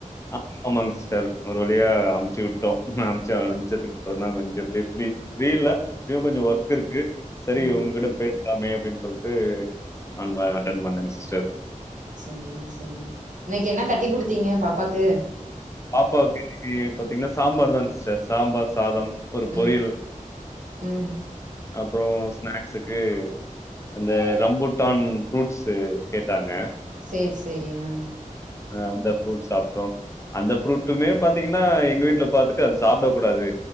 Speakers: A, on the left; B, on the right.
A: ஆ ஆமாங்க சிஸ்டர் ஒரு வழியா அமுச்சு விட்டோம் அமுச்சு அனுச்சதுக்கு அப்புறம் தான் கொஞ்சம் அப்டியே ரீல்ல இன்னும் கொஞ்சம் ஒர்க் இருக்கு சரி
B: ம்
A: உங்ககிட்ட பே பேசிடலாம் அப்படின்னு சொல்லிட்டு அ அட்டன் பண்ணேங்க சிஸ்டர்
B: சரிங்க சரிங்க இன்னைக்கு என்ன கட்டி குடுத்தீங்க பாப்பாக்கு?
A: பாப்பாவுக்கு இனைக்கு பாத்தீங்கன்னா சாம்பார் தான் சிஸ்டர் சாம்பார் சாதம் ஒரு பொரியல்
B: ம் ம்
A: அப்புறம் ஸ்நாக்ஸக்கு அந்த ரம்புட்டான் ஃப்ரூட்ஸு கேட்டாங்க
B: சரி சரி ஆ
A: ஹ அந்த ஃப்ரூட் சாப்பிட்டோம் அந்த ஃப்ரூட்டுமே பாத்தீங்கன்னா எங்க வீட்டுல பார்த்துட்டு அது சாப்பிட கூடாது